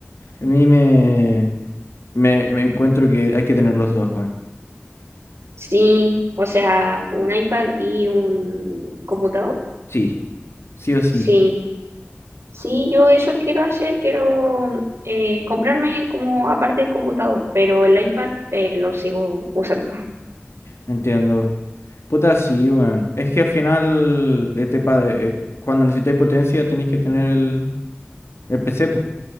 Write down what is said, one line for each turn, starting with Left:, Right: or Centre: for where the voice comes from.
Left: A mí me, me, me encuentro que hay que tener los dos, weón.
Right: Sí, o sea, un iPad y un computador.
Left: Sí, sí o sí,
Right: Sí, Sí, yo eso quiero hacer, quiero eh, comprarme como aparte del computador, pero el iPad eh, lo sigo usando.
Left: entiendo. Puta, sí, weón. Es que al final, eh, te pa- eh, cuando necesitáis potencia tenéis que tener el, el PC, pues